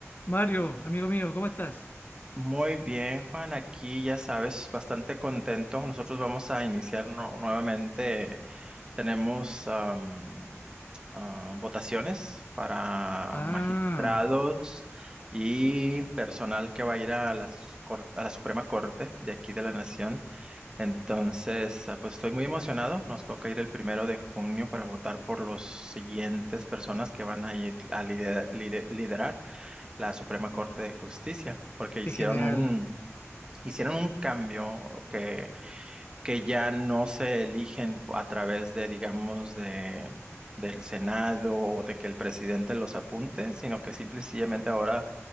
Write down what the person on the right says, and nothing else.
Muy bien, Juan, aquí ya sabes, bastante contento. Nosotros vamos a iniciar nu- nuevamente. Tenemos am, ah, votaciones para
magistrados y personal que va a ir a la, s- cor- a la Suprema Corte de aquí de la Nación. Entonces, ah, pues estoy muy emocionado. Nos toca ir el primero de junio para votar por los siguientes personas que van a ir a lider- lider- liderar la Suprema Corte de Justicia, porque
hicieron
un hicieron un cambio que, que ya no se eligen a través de, digamos, de, del Senado o de que el presidente los apunte, sino que simple y sencillamente ahora